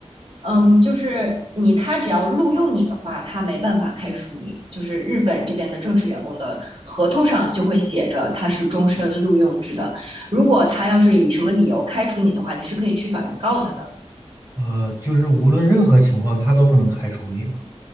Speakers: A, on the right; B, on the right.
A: 嗯，就是你，他只要录用你的话，他没办法开除你。就是日本这边的正式员工的合同上就会写着他是终身录用制的。如果他要是以什么理由开除你的话，你是可以去法院告他的。
B: 呃，就是无论任何情况，他都不能开除你吗？